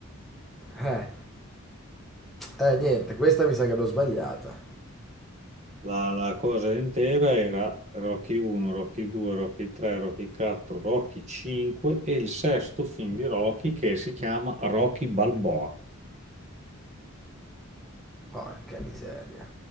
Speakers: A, in the centre; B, on the right.
A: Eh, eh, niente, questa mi sa che l'ho sbagliata.
B: La, la cosa intera era Rocky 1, Rocky 2, Rocky 3, Rocky 4, Rocky 5 e il sesto film di Rocky che si chiama Rocky Balboa.
A: Porca miseria.